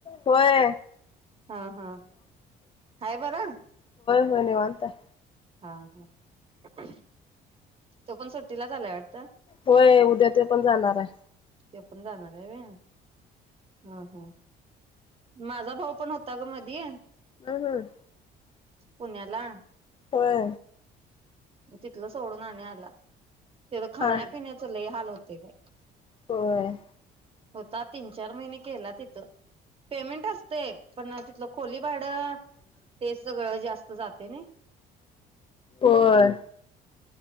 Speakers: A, on the left; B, on the right.
A: व्हय.
B: हा हा आहे बर.
A: हो निवांत हाय.
B: हा हा. <inaudible> तो पण सुट्टीला च आलाय वाट
A: होय उद्या ते पण जाणार आहे.
B: ते पण जाणार आहे वय ह ह. माझा भाऊ पण होता. आता ग मधी.
A: हम् हम्.
B: पुण्याला.
A: होय.
B: तिथलं सोडून आणि आलं <unintelligible> तेज खाण्या
A: हा
B: पिण्याच लइ हाल हो ते बाय
A: होय.
B: होता तीन चार महिने केला तिथ पेमेंट असते पण तिथल खोली भाडं ते सगळं जास्त तो जाते नइ.
A: होय.